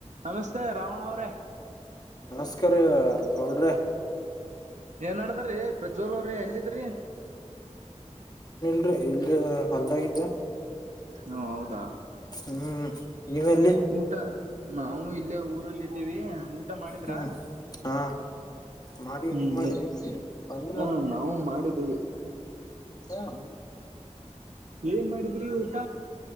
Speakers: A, on the right; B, on the left.
A: ನಮಸ್ತೆ ರಾವಣ ಅವ್ರೆ
B: ನಮಸ್ಕಾರ ರೀ ಗೌಡ್ರ
A: ಏನ ನಡದರಿ ಪ್ರಜ್ವಲ ಅವರೆ ಎಲ್ಲಿದ್ರಿ
B: ಇಲ್ಲೇ ಹೊಲ್ದಾಗಿದ್ದ
A: ಓ ಹೌದಾ
B: ಹ್ಮ್ ನೀವೆಲ್ಲಿ
A: ಊಟ ನಾವು ಇಲ್ಲೇ ಊರಲ್ಲಿ ಇದ್ದೀವಿ ಊಟ ಮಾಡಿದ್ರ
B: ಹ್ಮ್ ಹಾ ಮಾಡಿ
A: ಹ್ಮ್
B: ನೀವ್ ಮಾಡ್ರಿ ಬಂದಿಲ್ಲ
A: ಹ ನಾವು ಮಾಡಿದ್ದೀವಿ
B: ಹು ಹು
A: ಏನ್ ಮಾಡಿದ್ರಿ ಊಟ